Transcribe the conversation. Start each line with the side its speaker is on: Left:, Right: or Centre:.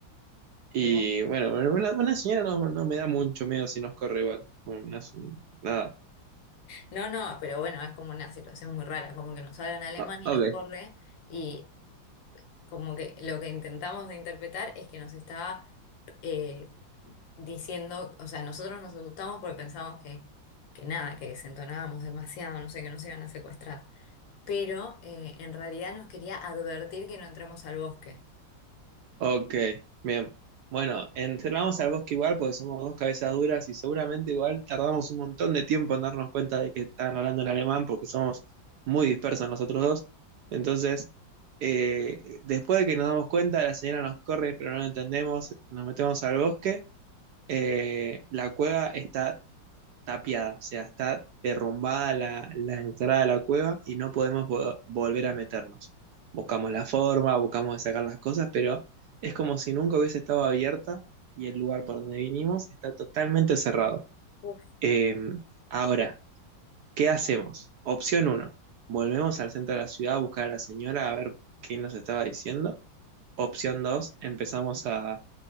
Right: Y
Left: ¿Bien?
Right: bueno, bueno, una, una señora no, no me da mucho miedo si nos corre igual. Una se- nada.
Left: No, no, pero bueno, es como una situación muy rara, como que nos hablan alemán
Right: Ah,
Left: y
Right: ok.
Left: nos corre y como que lo que intentamos de interpretar es que nos estaba eh, diciendo, o sea, nosotros nos asustamos porque pensamos que, que nada, que desentonábamos demasiado, no sé, que nos iban a secuestrar, pero eh, en realidad nos quería advertir que no entremos al bosque.
Right: Ok, bien. Bueno, entramos al bosque igual porque somos dos cabezas duras y seguramente igual tardamos un montón de tiempo en darnos cuenta de que están hablando en alemán porque somos muy dispersos nosotros dos. Entonces, eh, después de que nos damos cuenta, la señora nos corre, pero no lo entendemos, nos metemos al bosque. Eh, la cueva está tapiada, o sea, está derrumbada la, la entrada de la cueva y no podemos vo- volver a meternos. Buscamos la forma, buscamos de sacar las cosas, pero es como si nunca hubiese estado abierta y el lugar por donde vinimos está totalmente cerrado.
Left: Uf.
Right: Eh, ahora, ¿qué hacemos? Opción uno: volvemos al centro de la ciudad a buscar a la señora a ver qué nos estaba diciendo. Opción 2: empezamos a,